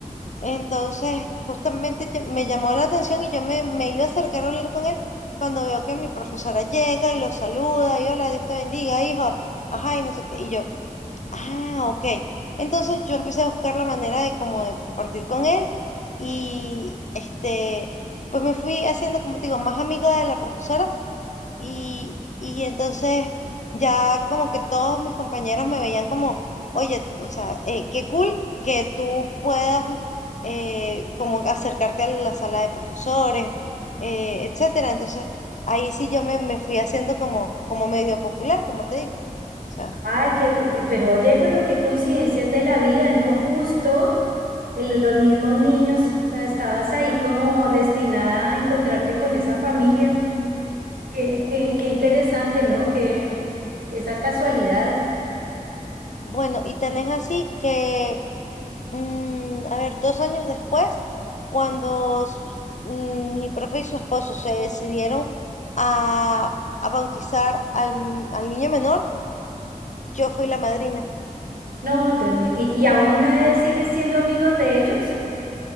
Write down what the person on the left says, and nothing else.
Entonces, justamente yo- me llamó la atención y yo me, me iba a acercar a hablar con él cuando veo que mi profesora llega y lo saluda y hola, Dios te bendiga, hijo. Ajá, y no sé qué. Y yo, ah, ok. Entonces yo empecé a buscar la manera de como de compartir con él y este, pues me fui haciendo, como te digo, más amiga de la profesora y, y entonces ya como que todos mis compañeros me veían como, oye, o sea, eh, qué cool que tú puedas eh, como acercarte a la sala de profesores, eh, etcétera. Entonces ahí sí yo me, me fui haciendo como, como medio popular, como te digo. O sea,
bueno, y tenés así que Mm, a ver, dos años después, cuando s- mm, mi profe y su esposo se decidieron a, a bautizar al, m- al niño menor, yo fui la madrina.